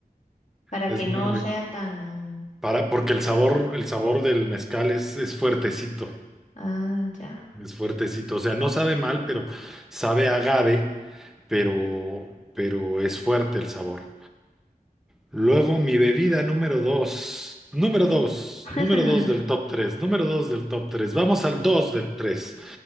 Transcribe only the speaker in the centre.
Es
muy
rico.
Para, porque el sabor, el sabor del mezcal es, es fuertecito,
es fuertecito. O sea, no sabe mal, pero sabe a agave, pero, pero es fuerte el sabor. Luego, mi bebida número dos, número dos,
número dos del top tres, número dos del top tres. Vamos al dos del tres.